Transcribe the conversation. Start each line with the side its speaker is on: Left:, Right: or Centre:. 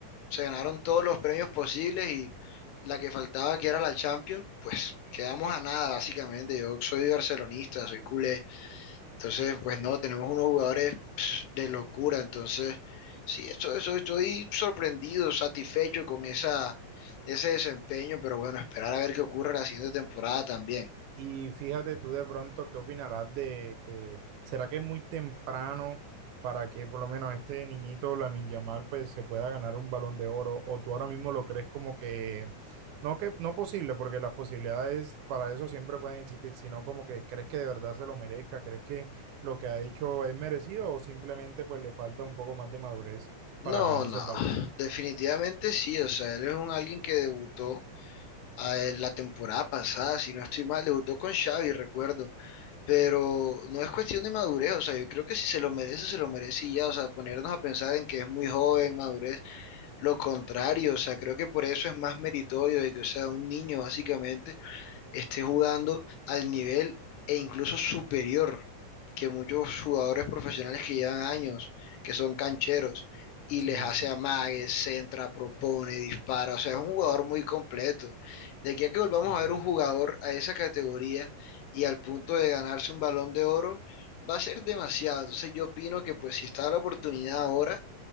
Left: se ganaron todos los premios posibles y la que faltaba, que era la Champions, pues quedamos a nada, básicamente. Yo soy barcelonista, soy culé, entonces, pues no, tenemos unos jugadores de locura. Entonces, sí, esto, eso, estoy sorprendido, satisfecho con esa, ese desempeño, pero bueno, esperar a ver qué ocurre la siguiente temporada también.
Right: Y fíjate tú de pronto qué opinarás de que será que es muy temprano para que por lo menos este niñito Lamine Yamal pues se pueda ganar un Balón de Oro o tú ahora mismo lo crees como que no que no posible porque las posibilidades para eso siempre pueden existir, sino como que crees que de verdad se lo merezca, crees que lo que ha hecho es merecido o simplemente pues le falta un poco más de madurez para
Left: No,
Right: ganarse
Left: no,
Right: el balón.
Left: definitivamente sí, o sea, él es un alguien que debutó eh, la temporada pasada, si no estoy mal, debutó con Xavi, recuerdo, pero no es cuestión de madurez, o sea, yo creo que si se lo merece, se lo merece y ya, o sea, ponernos a pensar en que es muy joven, madurez, lo contrario, o sea, creo que por eso es más meritorio de que, o sea, un niño básicamente esté jugando al nivel e incluso superior que muchos jugadores profesionales que llevan años, que son cancheros, y
Right: Sí,
Left: les hace
Right: sí,
Left: amagues, centra, propone, dispara. O sea, es un jugador muy completo. De aquí a que volvamos
Right: sí, sí.
Left: a ver un jugador a esa categoría y al punto de ganarse un balón de oro, va a ser demasiado. Entonces yo opino que pues si está la oportunidad ahora,